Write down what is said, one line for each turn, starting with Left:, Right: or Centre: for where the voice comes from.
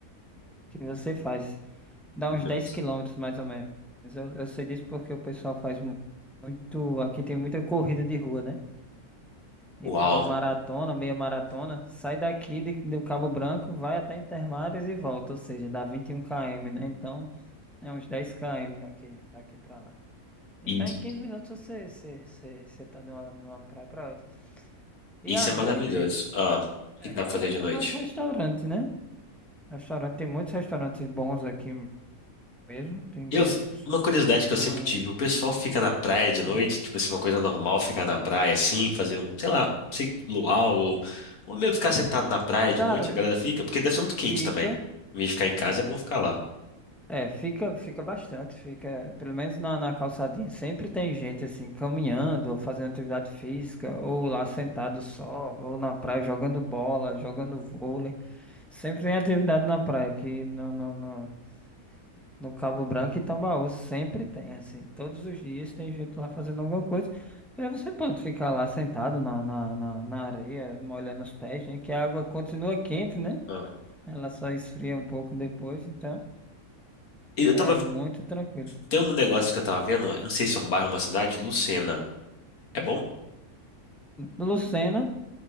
Centre: que você faz. Dá
Left: Nossa.
Centre: uns 10 quilômetros mais ou menos. Eu, eu sei disso porque o pessoal faz mu- muito. Aqui tem muita corrida de rua, né? Então,
Left: Uau.
Centre: a maratona, meia maratona, sai daqui de, do Cabo Branco, vai até Intermares e volta, ou seja, dá 21 km, né? Então, é uns 10 km daqui, daqui pra lá. Então,
Left: E-
Centre: em 15 minutos você, você, você, você tá de uma, de uma praia pra outra. E
Left: Isso
Centre: à
Left: é
Centre: noite,
Left: maravilhoso. Ah, o que
Centre: é,
Left: que dá
Centre: à
Left: pra fazer
Centre: noite
Left: de noite?
Centre: é mais restaurante, né? Restaurante, tem muitos restaurantes bons aqui mesmo, tem muitos.
Left: Eu, uma curiosidade que eu
Centre: Ah,
Left: sempre tive, o pessoal fica na praia de noite,
Centre: uhum.
Left: tipo assim, uma coisa normal ficar na praia assim, fazer um, sei lá, não sei, luau ou, ou mesmo ficar sentado na praia de
Centre: Cara,
Left: noite, a galera fica, porque deve ser muito quente
Centre: fica.
Left: também. Em vez de ficar em casa, é bom ficar lá.
Centre: É, fica, fica bastante, fica, pelo menos na, na calçadinha, sempre tem gente assim, caminhando, ou fazendo atividade física, ou lá sentado só, ou na praia jogando bola, jogando vôlei. Sempre tem atividade na praia, aqui no, no, no, no Cabo Branco e Tambaú, sempre tem, assim, todos os dias tem gente lá fazendo alguma coisa. E aí você pode ficar lá sentado na, na, na, na areia, molhando os pés, né? Que a água continua quente, né?
Left: Ah.
Centre: Ela só esfria um pouco depois, então
Left: E
Centre: é
Left: Eu tava,
Centre: muito tranquilo.
Left: tem um negócio que eu tava vendo, eu não sei se é um bairro, uma cidade, Lucena. É bom?
Centre: Lucena